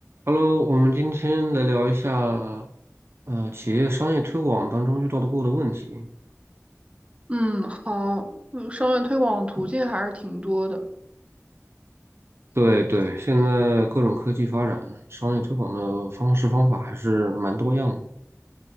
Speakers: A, on the right; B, on the right.
A: Hello，我们今天来聊一下，呃，企业商业推广当中遇到的过的问题。
B: 嗯，好，嗯，商业推广途径还是挺多的。
A: 对对，
B: 嗯，
A: 现在各种科技发展，商业推广的方式方法还是蛮多样的。